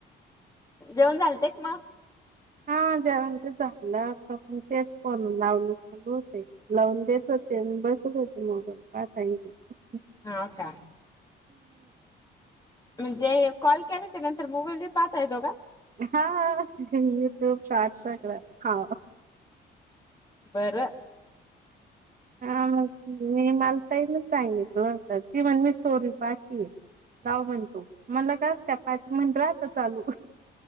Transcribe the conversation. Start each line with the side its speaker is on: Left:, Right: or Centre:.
Left: जेऊन झालतेच मग
Right: हा जेवण ते झालं आ पण तेच पण लावलं होते लावून देत होते बस होते मोबाल काय थँक्यू
Left: हा होता म्हणजे कॉल केला ते नंतर मोबाईल ब पाहताय दोघा
Right: हा युट्यूब शार्ट सगळं हा
Left: बरं
Right: हा मग मी मलताईन सांगितलं होत ती म्हण मी स्टोरी पाटली राव म्हणतो मला कास का पा म्हण राहत चालू